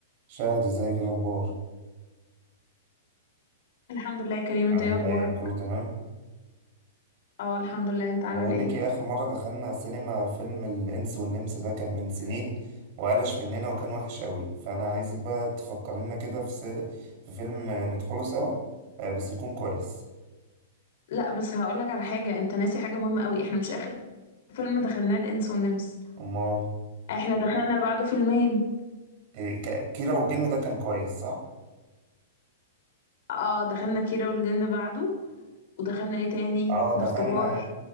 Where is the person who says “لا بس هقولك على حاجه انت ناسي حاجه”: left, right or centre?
Left